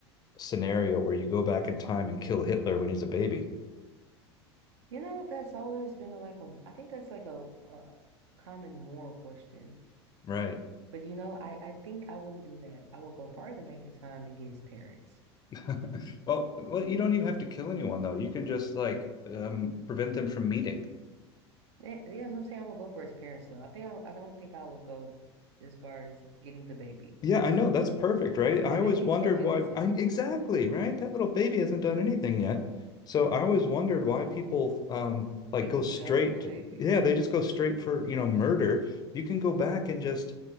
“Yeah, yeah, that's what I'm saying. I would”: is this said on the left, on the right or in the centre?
Right